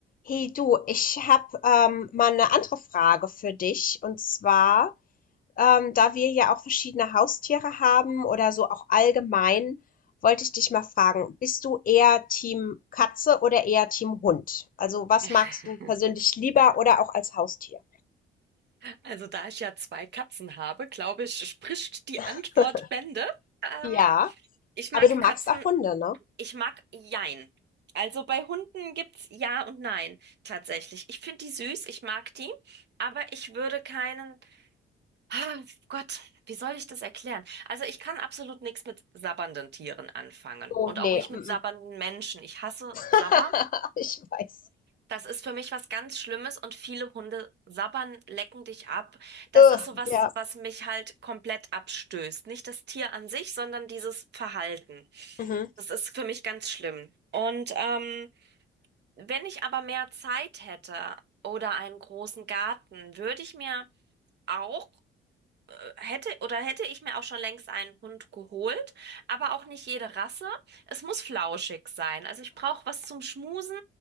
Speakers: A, on the left (about 45°); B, on the right (about 60°).
A: Hey du, ich habe ähm, mal eine andere Frage für dich. Und zwar, ähm, da wir ja auch verschiedene Haustiere haben oder so auch allgemein, wollte ich dich mal fragen, bist du eher Team Katze oder eher Team Hund? Also was
B: <laughs>
A: magst du persönlich lieber oder auch als Haustier?
B: Also da ich ja zwei Katzen habe, glaube ich, spricht die Antwort
A: <laughs>
B: Bände. Ähm,
A: Ja,
B: ich mag
A: aber du magst
B: Katzen,
A: auch Hunde, ne?
B: ich mag Jein. Also bei Hunden gibt's Ja und Nein tatsächlich. Ich finde die süß, ich mag die, aber ich würde keinen. Ah, Gott, wie soll ich das erklären? Also ich kann absolut nichts mit sabbernden Tieren anfangen
A: Oh,
B: und
A: nee,
B: auch nicht
A: mm,
B: mit sabbernden
A: mm.
B: Menschen. Ich hasse
A: <laughs>
B: Sabber.
A: Ich weiß.
B: Das ist für mich was ganz Schlimmes und viele Hunde sabbern, lecken dich ab. Das
A: Ugh,
B: ist so was,
A: ja.
B: was mich halt komplett abstößt. Nicht das Tier an sich, sondern dieses Verhalten.
A: Mhm.
B: Das ist für mich ganz schlimm. Und ähm, wenn ich aber mehr Zeit hätte oder einen großen Garten, würde ich mir auch hätte oder hätte ich mir auch schon längst einen Hund geholt, aber auch nicht jede Rasse. Es muss flauschig sein. Also ich brauche was zum Schmusen.